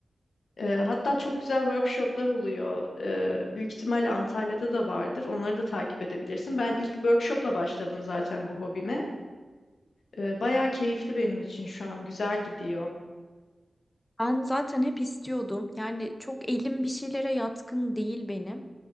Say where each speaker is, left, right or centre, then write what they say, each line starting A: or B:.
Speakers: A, on the left (about 80°); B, on the left (about 15°).
A: Ee, hatta çok güzel workshoplar oluyor. Ee, büyük ihtimalle Antalya'da da vardır. Onları da takip edebilirsin. Ben ilk workshopla başladım zaten bu hobime. Ee, bayağı keyifli benim için şu an. Güzel gidiyor.
B: Ben zaten hep istiyordum. Yani çok elim bir şeylere yatkın değil benim.